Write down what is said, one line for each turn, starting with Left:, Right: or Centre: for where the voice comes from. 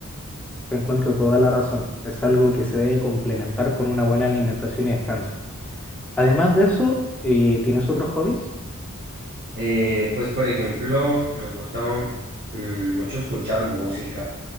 Centre: Te encuentro toda la razón. Es algo que se debe complementar con una buena alimentación y descanso. Además de eso, eh, ¿tienes otros hobbies?
Right: Eh, pues por ejemplo, me gusta mm, mucho escuchar música,